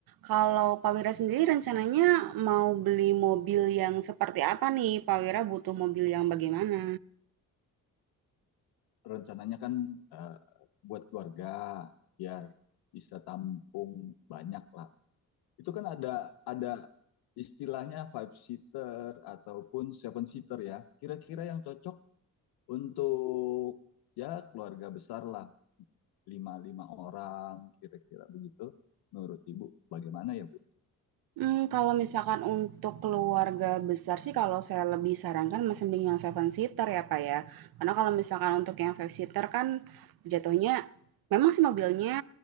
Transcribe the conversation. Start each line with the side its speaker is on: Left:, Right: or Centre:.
Right: kalau Pak Wira sendiri rencananya mau beli mobil yang seperti apa nih? Pak Wira butuh mobil yang bagaimana?
Left: rencananya kan eh, buat keluarga biar bisa tampung banyak lah. Itu kan ada ada istilahnya five seater ataupun seven seater ya. Kira-kira yang cocok untuk ya keluarga besar lah, lima lima orang kira-kira begitu. Menurut Ibu bagaimana ya Bu?
Right: Mmm, kalau misalkan untuk keluarga besar sih kalau saya lebih sarankan masih mending yang seven seater ya, Pak ya. Karena kalau misalkan untuk yang five seater kan jatuhnya memang sih mobilnya,